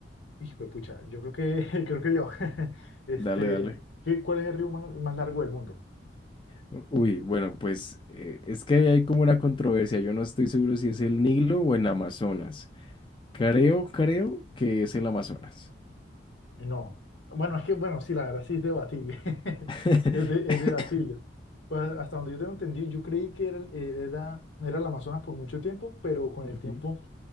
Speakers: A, on the left; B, on the left.
A: hijo de pucha, yo creo que, <laughs> creo que yo. <laughs> Este,
B: Dale, dale.
A: ¿qué, cuál es el río más, más largo del mundo?
B: U- Uy, bueno, pues eh, es que ahí hay como una controversia, yo no estoy seguro si es el Nilo o el Amazonas. Creo, creo que es el Amazonas.
A: No. Bueno, es que, bueno, sí, la verdad sí es debatible. <laughs>
B: <laughs>
A: Es, de- es debatible. Pues hasta donde yo tengo entendido, yo creí que era, el- eh, era, era el Amazonas por mucho tiempo, pero con
B: Ujú.
A: el tiempo